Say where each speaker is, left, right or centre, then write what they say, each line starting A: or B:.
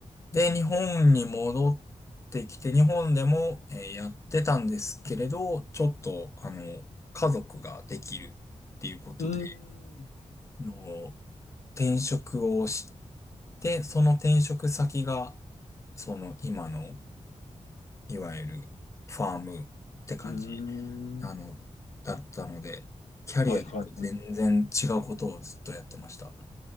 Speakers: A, on the left; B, on the left.
A: で、日本に戻ってきて、日本でも、えーやってたんですけれど、ちょっと、あの、家族ができるっていうことで、
B: うーん。
A: の、転職をして、その転職先が、その今の、いわゆるファームって感じ
B: うーん。
A: あの、だったので、キャリアで全然違うことをずっとやってました。
B: はい、はい。
A: <laughs>